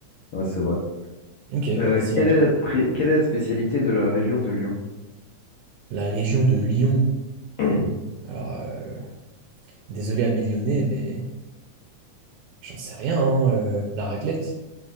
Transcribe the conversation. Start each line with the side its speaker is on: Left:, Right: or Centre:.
Left: Ouais, c'est vrai.
Right: Ok,
Left: Euh,
Right: bah vas-y,
Left: quelle
Right: à toi.
Left: est la, spré- quelle est la spécialité de la région de Lyon?
Right: La région de Lyon.
Left: <clears throat>
Right: Alors, euh, désolé à mes Lyonnais, mais j'en sais rien, hein, euh, la raclette.